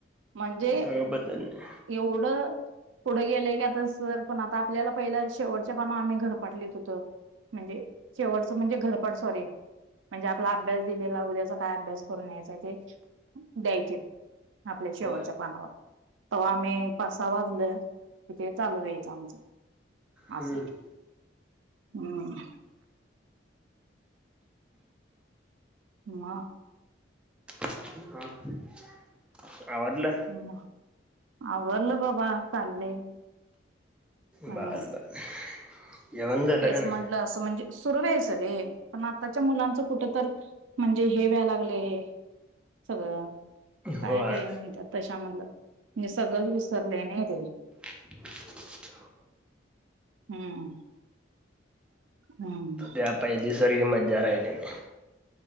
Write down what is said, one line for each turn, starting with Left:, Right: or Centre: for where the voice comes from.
Right: म्हणजे
Centre: सगळं बदललंय.
Right: एवढं पुढे गेलंय की आता सर पण आता आपल्याला पहिल्या शेवटच्या पानावर आम्ही गृहपाठ लिहित होतो. म्हणजे शेवटचं म्हणजे घरपाठ सॉरी म्हणजे आपला अभ्यास दिलेला उद्याचा काय अभ्यास करून यायचा ते द्यायचीत. आपल्या शेवटच्या
Centre: होय
Right: पानावर. तवा आम्ही पाच-सहा वाजल की ते चालू व्हायचं आमचं.
Centre: हम्म
Right: अस हम्म. मग?
Centre: <inaudible> आवरलं?
Right: हां आवरलं बाबा चाललंय हम्म.
Centre: बर बर जेवण झालं
Right: तेच
Centre: का नाही?
Right: म्हणलं असं म्हणजे सुरू राहायचं रे पण आत्ताच्या मुलांचं कुठ तर म्हणजे हे व्हाय लागलंय. सगळं काय
Centre: होय
Right: ते म्हणतात तशामधलं म्हणजे सगळंच विसरलंय नाही ते
Centre: <inaudible>
Right: हम हम. हम
Centre: काय पहिली सारखी मज्जा राहिलेली नाही त्यात